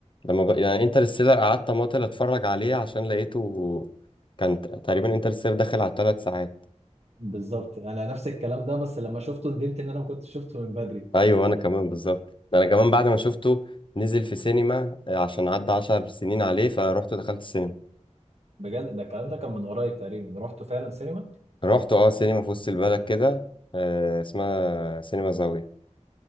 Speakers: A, on the left; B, on the right.
A: لما ب... يعني انترستيلر قعدت اماطل اتفرج عليه عشان لقيته كان ت- تقريبا انترستيلر داخل على ثلاث ساعات
B: بالظبط انا نفس الكلام ده بس لما شفته ندمت ان انا ما كنتش شفته من بدري
A: ايوه انا كمان بالظبط ده انا كمان بعد ما شفته نزل في سينما آه، عشان عدى عشر سنين عليه فروحت دخلت السينما
B: بجد ده الكلام ده كان من قريب تقريبا رحت فعلا سينما
A: رحت اه سينما في وسط البلد كده آه اسمها سينما زاوية